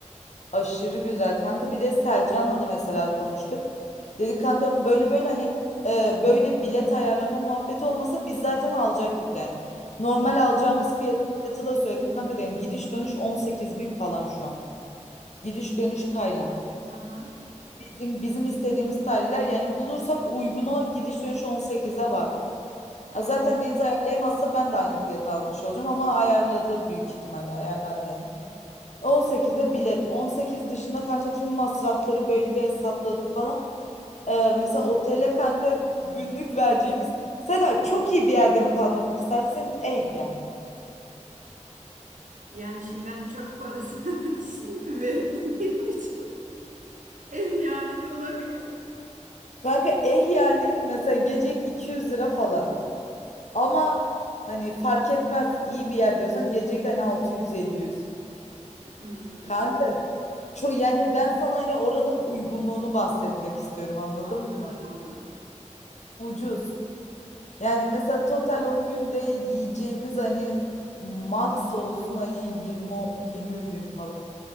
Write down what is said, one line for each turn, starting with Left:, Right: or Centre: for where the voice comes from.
Left: Aşırı güzel kanka. Bir de Selcan'la da mesela konuştuk. Dedik kanka böyle böyle hani e, böyle bilet ayarlama muhabbeti olmasa biz zaten alacaktık yani. Normal alacağımız fiyatı da söyledim. Kanka dedim gidiş dönüş 18 bin falan şu an. Gidiş dönüş Tayland.
Right: Aha,
Left: Bizim, bizim istediğimiz tarihler yani bulursak uygun o gidiş dönüş 18'e var.
Right: tamam.
Left: Ha zaten Deniz ayarlayamazsa ben de aynı fiyata almış olacağım ama ayarladı büyük ihtimalle ayarlar yani. 18'de bilet. 18 dışında kanka tüm masrafları böyle bir hesapladık falan. Ee, mesela otele kanka günlük vereceğimiz Seda çok iyi bir yerde mi kalmak istersen eh yani.
Right: Yani şimdi ben uçak parası <laughs> vereceğim için ev yani de olabilir.
Left: Kanka eh yani mesela gecek 200 lira falan. Ama hani fark etmez iyi bir yer diyorsan gecek hani 600-700.
Right: Hmm,
Left: Kanka çok yani ben sana hani oranın uygunluğunu bahsetmek istiyorum anladın
Right: anladım
Left: mı?
Right: anladım.
Left: Ucuz. Yani mesela total 10 günde yiyeceğimiz hani max olsun hani 20 o- 20 bin falan.